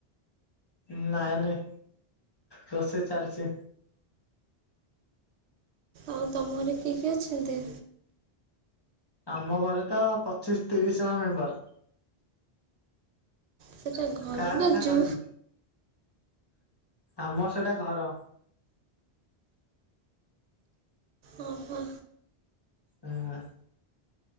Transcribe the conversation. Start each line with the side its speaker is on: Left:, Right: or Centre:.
Left: ନାଇଁ ନାଇଁ, ରୋଷେଇ ଚାଲିଛି।
Right: ଆଉ ତମ ଘରେ କିଏ କିଏ ଅଛନ୍ତି?
Left: ଆମ ଘରେ ତ, ପଚିଶି ତିରିଶ ଜଣ ମେମ୍ବର।
Right: ସେଟା ଘର
Left: କାହା
Right: ନା
Left: କଥା
Right: ଜୁ
Left: କହିବି? ଆମର ସେଟା ଘର।
Right: ଓ ହୋ।
Left: ହଁ।